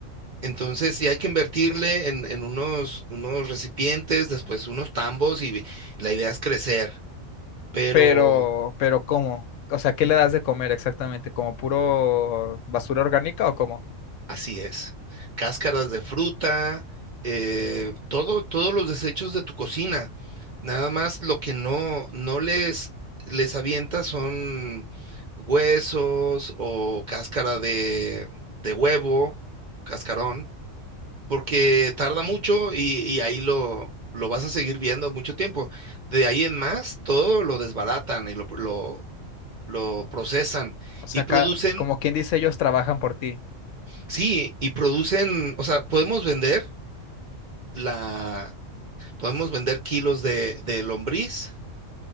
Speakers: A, on the right; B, on the left.
A: Entonces, sí hay que invertirle en, en unos, unos recipientes, después unos tambos y la idea es crecer. Pero
B: Pero, pero ¿cómo? O sea, ¿qué le das de comer exactamente? ¿Como puro basura orgánica o cómo?
A: así es. Cáscaras de fruta, eh, todo, todos los desechos de tu cocina. Nada más lo que no, no les, les avienta son huesos o cáscara de, de huevo, cascarón. porque tarda mucho y, y ahí lo, lo vas a seguir viendo mucho tiempo. De ahí en más, todo lo desbaratan y lo, lo, lo procesan
B: O sea,
A: y
B: acá,
A: producen,
B: como quien dice, ellos trabajan por ti.
A: sí, y producen, o sea, podemos vender la, podemos vender kilos de, de lombriz,